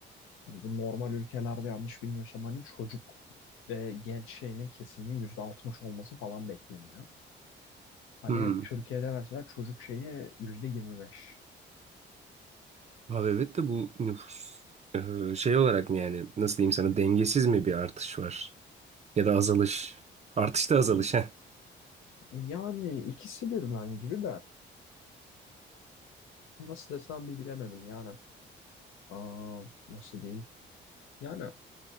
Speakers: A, on the left; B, on the right.
A: Hani bu normal ülkelerde yanlış bilmiyorsam hani çocuk ve genç şeyinin kesiminin %60 olması falan bekleniyor. Hani
B: Hmm.
A: Türkiye'de mesela çocuk şeyi yüzde yirmi beş
B: Abi evet de bu nüfus eee, şey olarak mı yani nasıl diyeyim sana dengesiz mi bir artış var? Ya da azalış. Artışta azalış
A: Yani ikisi birden gibi de. Nasıl desem bir bilemedim yani. Aa, nasıl diyeyim? Yani